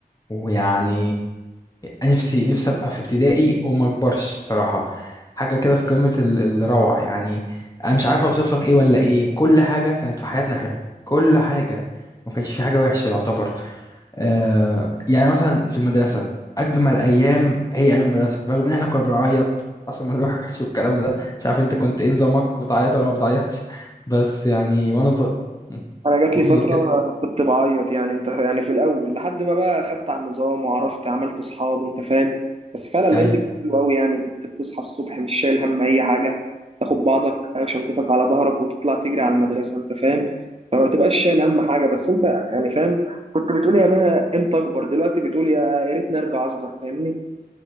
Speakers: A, on the left; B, on the right.
A: ويعني نفسي نفسي أبقى في ابتدائي وما أكبرش بصراحة حاجة كده في قمة ال- الروعة يعني أنا مش عارف أوصف لك إيه ولا إيه كل حاجة كانت في حياتنا حلوة كل حاجة ما كانش في حاجة وحشة يعتبر آه، يعني مثلا في المدرسة أجمل أيام هي أيام المدرسة رغم إن إحنا كنا بنعيط عشان ما نروحش والكلام ده مش عارف أنت كنت إيه نظامك بتعيط ولا ما بتعيطش بس يعني وأنا صغير <laughs>
B: انا جات
A: قول
B: لي فتره
A: لي كده
B: كنت بعيط يعني انت يعني في الاول لحد ما بقى خدت على النظام وعرفت عملت اصحاب انت فاهم بس فعلا الهند
A: أيوه
B: حلو قوي يعني كنت بتصحى الصبح مش شايل هم اي حاجه تاخد بعضك او شنطتك على ظهرك وتطلع تجري على المدرسه انت فاهم فما بتبقاش شايل هم حاجه بس انت يعني فاهم كنت بتقول يا مها امتى اكبر دلوقتي بتقول يا يا ريتني ارجع اصغر فاهمني